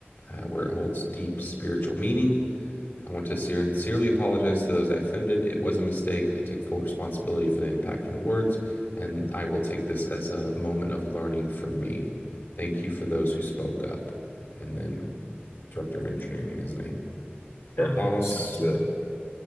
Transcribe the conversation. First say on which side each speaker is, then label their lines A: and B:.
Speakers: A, on the left (about 60°); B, on the left (about 80°).
A: uh, where it holds deep spiritual meaning. I want to sincerely apologize to those I offended. It was a mistake. I take full responsibility for the impact of the words, and I will take this as a moment of learning for me. Thank you for those who spoke up. And then Director of Engineering in his name.
B: Yeah.
A: Thoughts?
B: Sounds good.